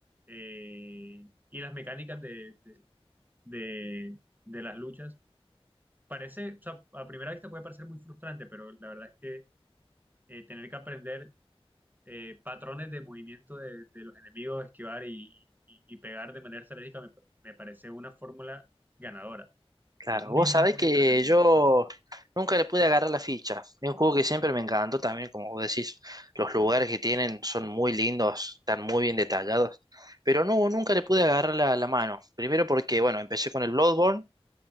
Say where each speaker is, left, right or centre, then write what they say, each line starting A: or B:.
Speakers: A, on the right (about 20°); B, on the right (about 40°).
A: eh, y las mecánicas de, de, de- de las luchas, parece, o sea, a primera vista puede parecer muy frustrante, pero la verdad es que eh, tener que aprender eh, patrones de movimiento de, de los enemigos, esquivar y, y- y pegar de manera estratégica me, me parece una fórmula ganadora.
B: Claro,
A: Es muy,
B: vos
A: muy,
B: sabés
A: muy
B: que
A: entretenido.
B: yo nunca le pude agarrar la ficha. Es un juego que siempre me encantó también, como vos decís, los lugares que tienen son muy lindos, están muy bien detallados, pero no, nunca le pude agarrar la, la mano. Primero porque, bueno, empecé con el Bloodborne,